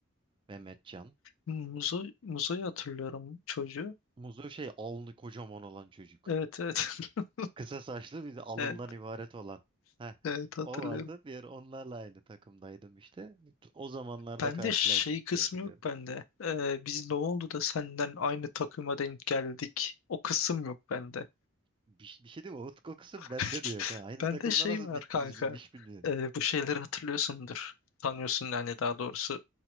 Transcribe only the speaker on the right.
Mehmetcan.
Muzo şey alnı kocaman olan çocuk.
Kısa saçlı bir de alından
ibaret olan. Heh,
o vardı. Bir ara onlarla aynı takımdaydım işte. O zamanlarda
karşılaştık
diye hatırlıyorum.
Bir, bir şey değil mi? Umut kokusu
bende de yok. Ha. Aynı
takımda
nasıl
bitti
bizim iş bilmiyorum.